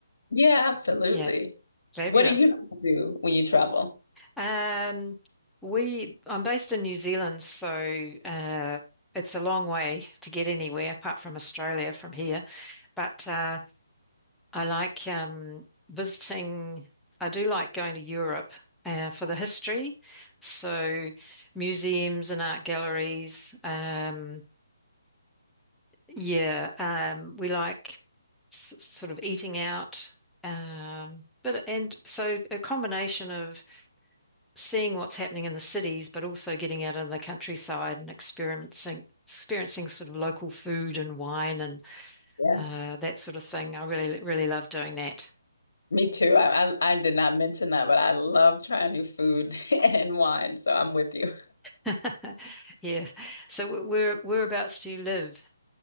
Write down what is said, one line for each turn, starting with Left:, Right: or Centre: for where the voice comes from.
Left: Yeah, absolutely.
Centre: Yeah. Fabulous.
Left: What do you do when you travel?
Centre: Um, we I'm based in New Zealand, so uh, it's a long way to get anywhere apart from Australia from here. But uh, I like um, visiting. I do like going to Europe uh, for the history, so museums and art galleries. Um, yeah, um, we like s sort of eating out. Um, but and so a combination of seeing what's happening in the cities, but also getting out in the countryside and experiencing experiencing sort of local food and wine and
Left: Yeah.
Centre: uh, that sort of thing. I really really love doing that.
Left: Me too. I, I I did not mention that, but I love trying new food <laughs> and wine, so I'm with you.
Centre: <laughs> Yeah. So wh- where whereabouts do you live?